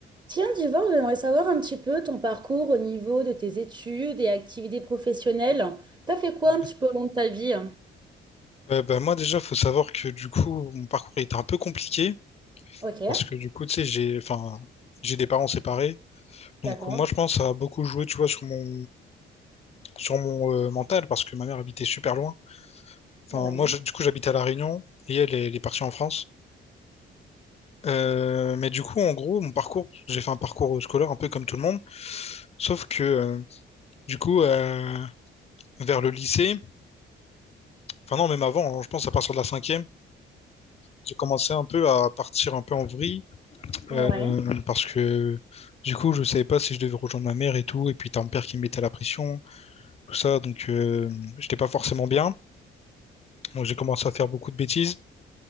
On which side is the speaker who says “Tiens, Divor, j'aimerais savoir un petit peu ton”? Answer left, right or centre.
Right